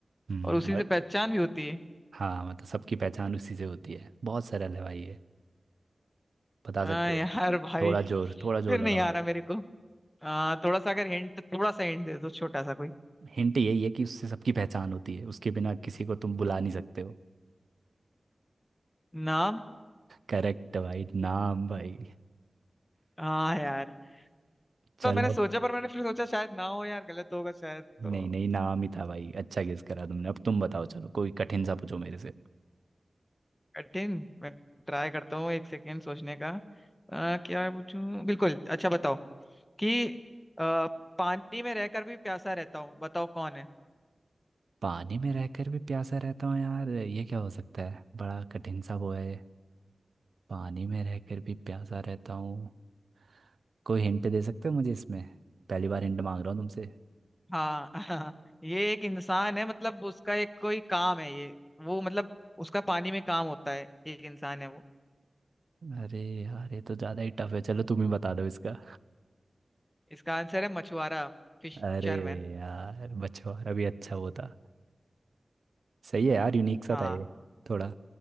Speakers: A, on the right (about 80°); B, on the left (about 15°).
A: हम्म
B: और उसी
A: और
B: से पहचान भी होती है
A: हाँ मतलब सबकी पहचान उसी से होती है बहुत सरल है भाई ये बता
B: आ,
A: सकते
B: यार
A: हो तुम।
B: भाई
A: थोड़ा जोर थोड़ा जोर
B: फिर
A: लगा
B: नहीं
A: भाई
B: आ रहा मेरे को आ, थोड़ा सा अगर हिंट थोड़ा सा हिंट दे दो छोटा सा कोई
A: हिंट यही है कि उससे सबकी पहचान होती है उसके बिना किसी को तुम बुला नहीं सकते हो
B: नाम
A: करेक्ट भाई नाम भाई
B: हाँ यार
A: चलो
B: तो मैंने सोचा पर मैंने फिर सोचा शायद ना हो यार गलत होगा शायद
A: नहीं
B: तो
A: नहीं नाम ही था भाई अच्छा गेस करा तुमने अब तुम बताओ चलो कोई कठिन सा पूछो मेरे से
B: कठिन मैं ट्राई करता हूँ एक सेकेंड सोचने का अ, क्या पूछूं बिल्कुल अच्छा बताओ कि अ, पानी में रहकर भी प्यासा रहता हूँ बताओ कौन है
A: पानी में रहकर भी प्यासा रहता हूँ यार ये क्या हो सकता है बड़ा कठिन सा वो है पानी में रहकर भी प्यासा रहता हूँ कोई हिंट दे सकते हो मुझे इसमें पहली बार हिंट मांग रहा हूँ तुमसे
B: हाँ <laughs> हाँ ये एक इंसान है मतलब उसका एक कोई काम है ये वो मतलब उसका पानी में काम होता है एक इंसान है वो
A: अरे यार ये तो ज़्यादा ही टफ है चलो तुम ही बता दो इसका
B: इसका आंसर है मछुआरा फिशरमैन
A: अरे यार मछुआरा भी अच्छा वो था सही है यार यूनिक सा
B: हाँ
A: था ये थोड़ा